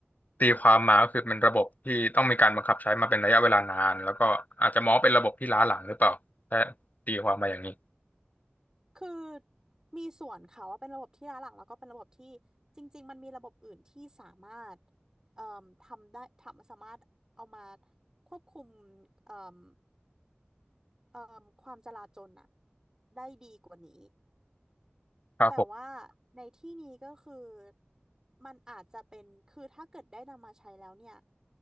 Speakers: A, on the left; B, on the right.
A: ตีความมาก็คือเป็นระบบที่ต้องมีการบังคับใช้มาเป็นระยะเวลานานแล้วก็อาจจะมองว่าเป็นระบบที่ล้าหลังหรือเปล่าถ้าตีความมาอย่างนี้
B: คือมีส่วนค่ะว่าเป็นระบบที่ล้าหลังแล้วก็เป็นระบบที่จริงๆมันมีระบบอื่นที่สามารถเอ่มทำได้ทำสามารถเอามาควบคุมเอ่มเอ่มความจลาจลน่ะได้ดีกว่านี้
A: ครับผม
B: แต่ว่าในที่นี้ก็คือมันอาจจะเป็นคือถ้าเกิดได้นำมาใช้แล้วเนี่ย